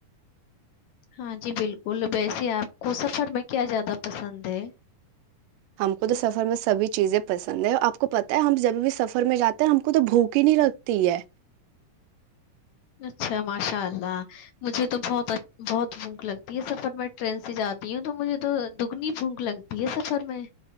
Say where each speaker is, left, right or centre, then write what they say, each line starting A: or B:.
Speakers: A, on the left (about 70°); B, on the right (about 80°).
A: ہاں جی بالکل ویسے آپ کو سفر میں کیا زیادہ پسند ہے
B: ہم کو تو سفر میں سبھی چیزیں پسند ہے آپ کو پت ہے ہم جب بھی سفر میں جاتے ہیں ہم کو تو بھوک ہی نہیں لگتی ہے
A: اچھا ماشاء اللہ مجھے تو بہت بہت بھوک لگتی ہے سفر میں ٹرین سے جاتی ہوں تو مجھے تو دگنی بھوک لگتی ہے سفر میں